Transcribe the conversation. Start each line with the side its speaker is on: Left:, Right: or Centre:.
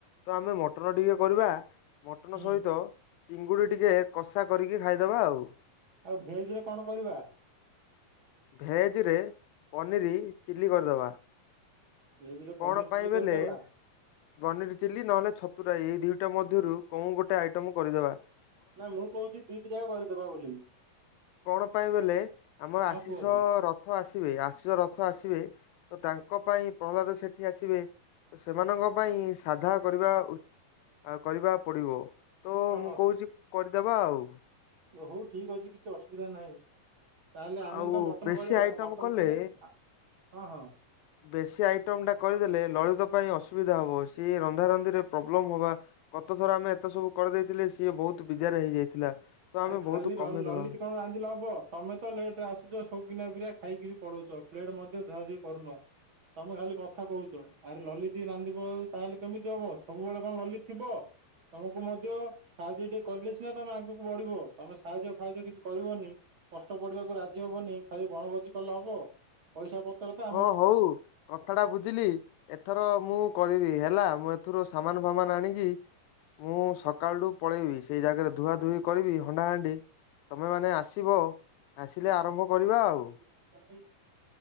Left: ତ ଆମେ ମଟନ୍ ଟିକେ କରିବା। ମଟନ୍
Right: ହୁଁ
Left: ସହିତ ଚିଙ୍ଗୁଡ଼ି ଟିକେ କଷା କରିକି ଖାଇଦବା ଆଉ।
Right: ଆଉ ଭେଜ୍ ରେ କଣ କରିବା?
Left: ଭେଜ୍ ରେ ପନିର୍ ଚିଲ୍ଲି କରିଦବା।
Right: ଭେଜ ରେ ପନିର
Left: କଣ
Right: ଚିଲି
Left: ପାଇଁ
Right: କରିଦବା
Left: ବେଲେ ପନିର୍ ଚିଲ୍ଲୀ ନହେଲେ ଛତୁ ରାଇ ଏଇ ଦୁଇଟା ମଧ୍ୟରୁ କୋଉ ଗୋଟେ ଆଇଟମ୍ କରିଦବା।
Right: ନା ମୁଁ କହୁଚି ଦିଟି ଯାକ କରିଦବା ବୋଲି।
Left: କଣ ପାଇଁ ଗଲେ ଆମର
Right: ହଁ
Left: ଆଶିଷ
Right: କୁହନ୍ତୁ
Left: ର ରଥ ଆସିବେ ଆସୁ ରଥ ଆସିବେ ତ ତାଙ୍କ ପାଇଁ ପ୍ରହ୍ଲାଦ ସେଠି ଆସିବେ ସେମାନଙ୍କ ପାଇଁ ସାଧା କରିବା ଉ ଆଉ କରିବା ପଡିବ ତ
Right: ହଁ
Left: ମୁଁ କହୁଚି କରିଦବା ଆଉ।
Right: ହୋଉ ଠିକ୍ ଅଛି କିଛି ଅସୁବିଧା ନାଇଁ। ତାହେଲେ ଆମେ
Left: ଆଉ
Right: ତ ମଟନ୍
Left: ବେଶୀ
Right: କରିବା
Left: ଆଇଟମ
Right: ମଟନ୍
Left: କଲେ
Right: କିଲେ ହଁ- ହଁ।
Left: ବେଶୀ ଆଇଟମ୍ ଟା କରିଦେଲେ ଲଳିତ ପାଇଁ ଅସୁବିଧା ହବ ସିଏ ରନ୍ଧାରନ୍ଧିରେ ପ୍ରୋବ୍ଲେମ୍ ହବା। ଗତ ଥର ଆମେ ଏତେ ସବୁ କରିଦେଇଥିଲେ ସିଏ ବହୁତ୍ ବିଜାରେ ହେଇଯାଇଥିଲା। ତ ଆମେ
Right: ଆରେ ଖାଲି
Left: ବହୁତ
Right: ଲ-
Left: କମେଇଦବା।
Right: ଲଲିତ କଣ ରାନ୍ଧିଲେ ହବ। ତମେ ତ ଲେଟ୍ ରେ ଆସୁଚ ସଉକିନିଆ ପିଲା ଖାଇକିରି ପଳଉଚ ପ୍ଲେଟ୍ ମଧ୍ୟ ଧୁଆ ଧୁଇ କରୁନ। ତମେ ଖାଲି କଥା କହୁଚ ଆରେ ଲଲିତି ରାନ୍ଧିବ ତାହେଲେ କେମିତି ହବ ସବୁବେଳେ କଣ ଲଲିତି ଥିବ। ତମକୁ ମଧ୍ୟ ସାହାଯ୍ୟ ଟିକେ କଲେ ସିନା ତମେ ଆଗକୁ ବଢିବ ତମେ ସାହାଯ୍ୟ ଫାହାଯ୍ୟ କିଛି କରିବନି। କଷ୍ଟ ପଡିବାକୁ ରାଜି ହବନି ଖାଲି ବଣଭୋଜି କଲେ ହବ। ପଇସା ପତ୍ର ତା
Left: ହଁ ହୋଉ କ କଥାଟା ବୁଝିଲି ଏଥର ମୁଁ କରିବି ହେଲା ମୁଁ ଏଥିରୁ ସାମାନ୍ ଫାମାନ୍ ଆଣିକି ମୁଁ ସକାଳଠୁ ପଳେଇବି ସେଇ ଜାଗାରେ ଧୁଆ ଧୁଇ କରିବି ହଣ୍ଡା ହାଣ୍ଡି। ତମେ ମାନେ ଆସିବ ଆସିଲେ ଆରମ୍ଭ କରିବା ଆଉ।
Right: <unintelligible>